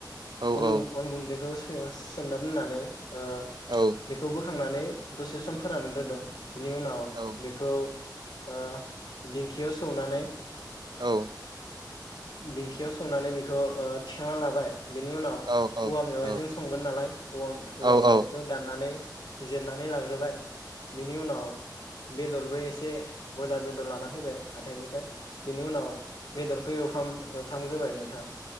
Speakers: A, on the right; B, on the left.
A: औ
B: अम
A: औ
B: अनगुनदैखो सो ओ सोमना दोननानै ओ
A: औ
B: बेखौ बोखांनानै दसे सम फोरानग्रोदों बेनि उनाव
A: औ
B: बेखौ ओ दिंखियाव सौनानै
A: औ
B: दिंखियाव सौनानै बेखौ ओ थि खांना लाबाय बिनि उनाव
A: औ औ
B: औवा मेवाइाजों
A: औ
B: संगोन नालाय औव
A: औ
B: औवा मेवाइखौ दाननानै जिरनानै लाग्रोबाय बेनि उनाव बेदरबो एसे ब्यलार बेदर लाना फैबाय हाथायनिफ्राय बिनि उनाव बेदरखौ एवफ्राम एवफ्राम ग्रोबाय नों थां